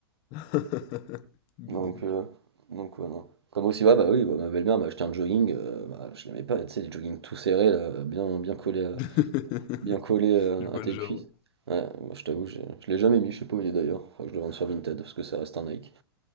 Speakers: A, on the left; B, on the right.
A: <laughs>
B: Donc,
A: BD Luc.
B: euh, donc ouais, non. Comme aussi, ouais, bah oui, bah, ma belle-mère m'a acheté un jogging. euh, bah, je l'aimais pas, tu sais, les joggings tout serrés, là, bien, bien collés, à-
A: <laughs>
B: bien collés euh,
A: Je vois
B: à tes
A: le genre.
B: cuisses.
A: ouais.
B: Ouais, moi, je t'avoue, j'ai- je l'ai jamais mis, je sais pas où il est d'ailleurs. Faudrait que je le vende sur Vinted parce que ça reste un Nike.